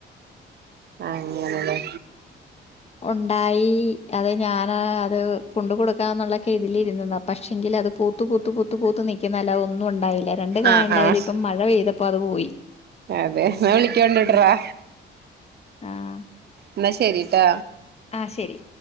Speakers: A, on the right (about 55°); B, on the left (about 30°).
A: അങ്ങനല്ലേ?
B: ഉണ്ടായി അത് ഞാൻ ഏഹ് അത് കൊണ്ട് കൊടുക്കാ എന്നുള്ളൊക്കെ ഇതിൽ ഇരുന്നതാണ് പക്ഷെങ്കിൽ അത് പൂത്ത് പൂത്ത് പൂത്ത് പൂത്ത് നിൽക്കുന്ന അല്ലാതെ ഒന്നും ഒണ്ടാ ണ്ടായില്ല രണ്ട് കായ
A: ആഹ്
B: ഉണ്ടായത്
A: ആഹ്
B: ഇപ്പ മഴ പെയ്തപ്പോ അത് പോയി
A: അതെ എന്നാ വിളിക്കോണ്ടിട്രാ
B: ഉം ആഹ്
A: എന്നാ ശരിട്ടാ.
B: ആ ശരി.